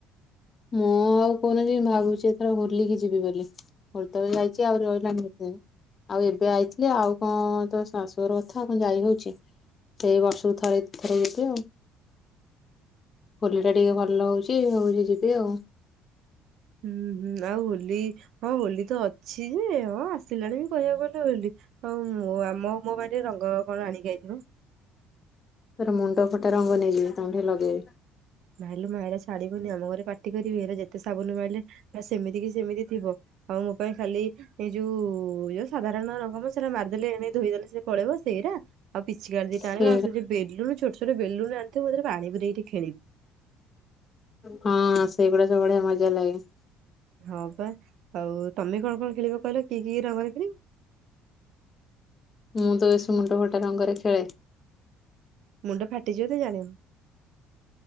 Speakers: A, on the left; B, on the right.
A: ମୁଁ ଆଉ କହୁନି ଯିମି ଭାବୁଛି ଏଥର ହୋଲିକି ଯିବି ବୋଲି ହୋଲି ତବେଳେ ଯାଇଛି, ଆଉ ରହିଲାଣି ସେ ଆଉ ଏବେ ଆଇଥିଲି, ଆଉ କଣ ତ ଶାଶୁର କଥା କଣ ଯାଇ ହଉଛି ସେଇ ବର୍ଷକୁ ଥରେ ଥରେ ଯିବି ଆଉ। ଖୋଲି ଟା ଟିକେ ଭଲ ହଉଛି ହଉଛି ଯିବି ଆଉ।
B: ହୁଁ ହୁଁ ଆଉ ହୋଲି ହଁ ହୋଲି ତ ଅଛି ଯେ ହଁ ଆସିଲାଣି ବି କହିବାକୁ ଗଲେ, ହୋଲି ଆଉ ଆମ ମୋ ପା ରଙ୍ଗ କଣ ଆଣିକି ଯଇଥିବ।
A: ତର ମୁଣ୍ଡ ଫଟା ରଙ୍ଗ ନେଇକ ତାଙ୍କୁଠିକି ଲଗେଇବି।
B: ନାଇଁଲୁ ମାଇଳା ଛାଡବ ନି ଆମ ଘରେ ପାଟି କରିବି, ଏ ଯେତେ ସାବୁନ ମିଳିଲେ ସେମିତି କି ସେମିତି ଥିବ ଆଉ ମୋ ପାଇଁ ଖାଲି ଏଇ ଯୋଉ ଯୋଉ ସାଧାରଣ ରଙ୍ଗମ ସେଟା ମାରିଦେଲେ, ଏ ଧୋଇଦେଲେ ସେ ପଳେଇ ସେଇଟ ଆଉ ପିଚିକାଡି, ଦି
A: ସେ
B: ଆଣ ଆଉ ସେଉ ବେଲୁ ଛୋଟ ଛଟ ବେୁଲୁଣ ଆଣିଥିବ ମୁଁ ପାଣି ପୁରରେଇ ଟିକେ ଖେଲିବି।
A: ହଁ ସେ ଏଇଗଡ ସ ବଢ଼ଆ ମଜା ଲାଗେ।
B: ହଁ ପା ଆଉ ତମେ କଣ କଣ ଖେଳିବ କହିଲ କି କି ରବାରଖ।
A: ମୁଁ ତସ ମୁଣ୍ଡ ଘଟ। ରଙ୍ଗରେ ଖେଳେ।
B: ମୁଣ୍ଡ ଫାଟିଯିବ ତ ଜାଣିବ।